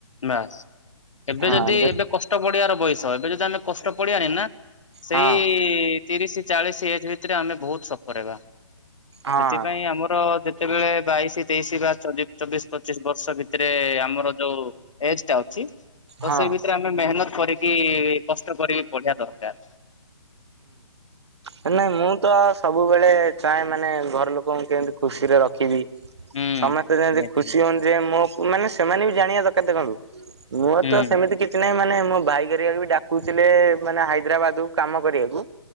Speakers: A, on the left; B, on the right.
A: ବାସ୍ ଏବେ
B: ହଁ
A: ଯଦି
B: ଯେ
A: ଏବେ କଷ୍ଟ କଡିବାର ବୟସ ଏବେ ଯଦି ଆମେ କଷ୍ଟ କଡିଆନି ନା ସେଇ
B: ହଁ
A: ତିରିଶ ଚାଳିସି ଏଜ୍ ଭିତରେ ଆମେ ବହୁତ ସଫର୍ ହେବା
B: ହଁ
A: ସେଥିପାଇଁ ଆମର ଯେତେବେଳେ ବାଇଶି ତେଇଶି ବା ଚବି ଚବିଶ ପଚିଶି ବର୍ଷ ଭିତରେ ଆମର ଯୋଉ ଏଜ ଟା ଅଛି ତ
B: ହଁ
A: ସେଇ ଭିତରେ ଆମେ ମେହନତ କରିକି କଷ୍ଟ କରିକି ପଢିଆ ଦରକାର।
B: ହୁଁ ନାଇଁ ମୁଁ ତ ସବୁବେଳେ ଚାହେଁ ମାନେ ଘର ଲୋକଙ୍କୁ କେମତି ଖୁସିରେ ରଖିବି।
A: ହୁଁ
B: ସମସ୍ତେ ଯେମିତି
A: ନିହାତି
B: ଖୁସି ହୁଅନ୍ତି ଯେ ମୋ ମାନେ ସେମାନେ ବି ଜାଣିବା ଦରକାର ଦେଖନ୍ତୁ। ମୋର
A: ହୁଁ
B: ତ ସେମିତି କିଛି ନାହିଁ ମାନେ ମୋ ଭାଇଗରିବା ବି ଡାକୁଥିଲେ ମାନେ ହାଇଦ୍ରାବାଦକୁ କାମ କରିବାକୁ